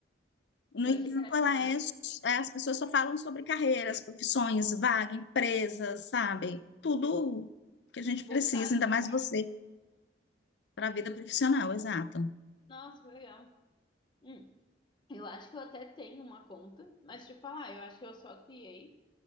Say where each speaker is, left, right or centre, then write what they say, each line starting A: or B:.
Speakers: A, on the left; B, on the left.
A: No
B: Eu
A: entanto,
B: achei que era tipo
A: ela
B: mais
A: é,
B: currículo,
A: é, as pessoas só falam sobre carreiras, profissões, vaga, empresas, sabe? Tudo que a gente precisa,
B: voltado
A: ainda
B: pra
A: mais
B: parte.
A: você,
B: de-
A: para a vida profissional, exato.
B: Nossa, que legal. Hum. Eu acho que eu até tenho uma conta, mas te falar, "Ah, eu acho que eu só criei